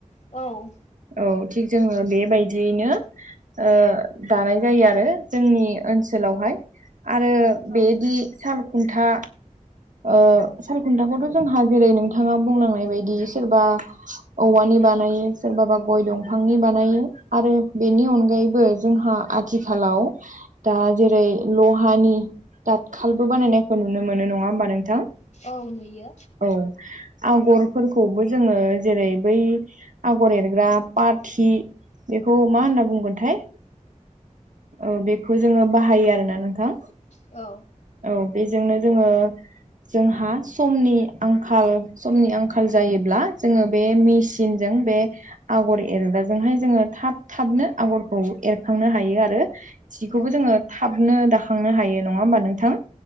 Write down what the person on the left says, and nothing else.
औ
औ
औ नुयो
औ।
औ